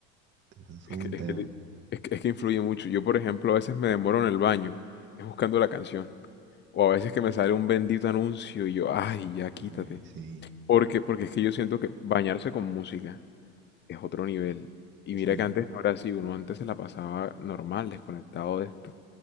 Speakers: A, on the right; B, on the left.
A: Eso es todo
B: Es que,
A: un tema.
B: es que, li- es que, es que influye mucho. Yo, por ejemplo, a veces me demoro en el baño, es buscando la canción. O a veces que me sale un bendito anuncio y yo, ay, ya
A: Uy,
B: quítate.
A: sí,
B: Porque, porque es que yo siento que bañarse con música es otro nivel. Y
A: sí.
B: mira que antes no era así, uno antes se la pasaba normal, desconectado de esto